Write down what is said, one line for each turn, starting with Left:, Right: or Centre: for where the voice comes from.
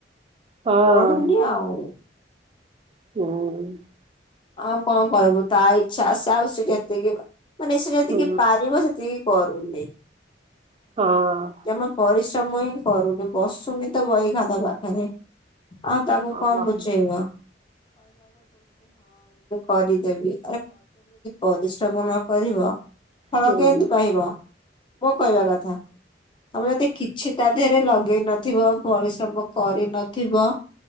Right: ହଁ
Left: ପଢୁନି ଆଉ।
Right: <inaudible>
Left: ଆଉ ଙ୍କ କହିବୁ? ତା ଇଚ୍ଛା ସେ ଆଉ ସେ ଯେତିକି ମାନେ ସେ ଯେତିକି
Right: ହୁଁ
Left: ପାରିବ। ସେ <inaudible>
Right: ହଁ!
Left: ଜମା ପରିଶ୍ରମ ହିଁ କରୁନି, ବସୁନି ତ ବହି ଖାତା ପାଖେରେ। <inaudible> ହଁ ମୁଁ
Right: ହଁ
Left: କରିଦେବି, ଆରେ ଯଦି ପରିଶ୍ରମ ନ କରିବ। ଫଳ
Right: ହଁ ହଁ।
Left: କେନ୍ତି ପାଇବ? ମୋ କହିବା କଥା ତମେ ଯଦି କିଛି ତା 'ଦେହେରେ ଲଗେଇ ନଥିବ, ପରିଶ୍ରମ କରିନଥିବ।